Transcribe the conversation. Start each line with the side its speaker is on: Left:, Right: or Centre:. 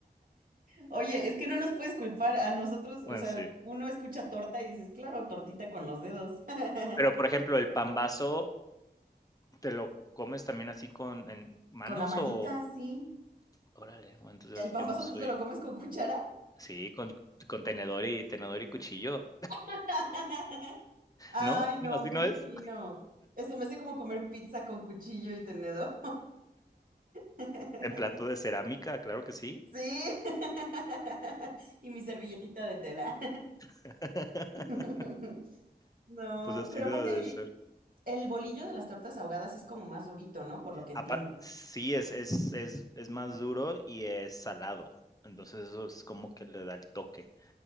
Right: Oye, es que no nos puedes culpar a nosotros, o
Left: Bueno,
Right: sea,
Left: sí.
Right: uno escucha torta y dices, claro, tortita con los dedos. <laughs>
Left: Pero, por ejemplo, el pambazo, ¿te lo comes también así con en manos
Right: Con la manita,
Left: o?
Right: sí.
Left: Órale, o entonces
Right: ¿El pan
Left: yo
Right: vasote
Left: no soy
Right: te lo comes con cuchara?
Left: sí, con con tenedor y tenedor y cuchillo,
Right: <laughs> Ay,
Left: ¿no?
Right: no,
Left: <laughs> ¿Así
Right: muy
Left: no es?
Right: fino. Eh, Se me hace como comer pizza con cuchillo y tenedor. <laughs>
Left: En plato de cerámica, claro que sí.
Right: Sí. <laughs> Y mi servilletita de tela.
Left: <laughs>
Right: <laughs> No,
Left: Pues así
Right: pero
Left: debe
Right: aparte, oye,
Left: de ser.
Right: el bolillo de las tortas ahogadas es como más durito, ¿no? Por lo que entiendo.
Left: Apa sí, es es es es más duro y es salado. Entonces, eso es como que le da el toque.